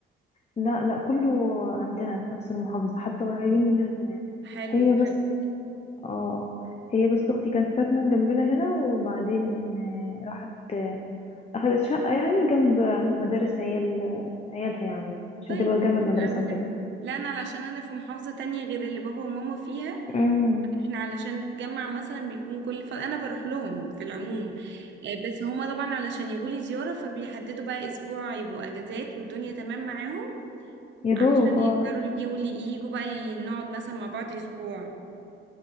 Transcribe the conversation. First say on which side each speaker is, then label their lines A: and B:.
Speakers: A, on the left (about 30°); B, on the right (about 60°).
A: لا لا كله عندنا في نفس المحافظه حتى قريبين مننا كمان
B: حلو
A: هي بس
B: حلو
A: اه هي بس اختي كانت ساكنه جنبنا هنا وبعدين آه، راحت آه، اخدت شقه يعني جنب مدارس عيال عيالها يعني عشان
B: طيب
A: تبقى جنب
B: لطيف
A: المدرسه
B: قوي
A: وكده
B: ده لا انا علشان انا في محافظه تانية غير اللي بابا وماما فيها
A: امم
B: احنا علشان نتجمع مثلا بيكون كل ف... انا بروح لهم في العموم آه، بس هما طبعا علشان يجولي زيارة فبيحددوا بقى اسبوع يبقوا اجازات والدنيا تمام معاهم
A: يا دوب
B: علشان يقدروا
A: اه
B: يجوا لي يجوا بقى ي- نقعد مثلا مع بعض اسبوع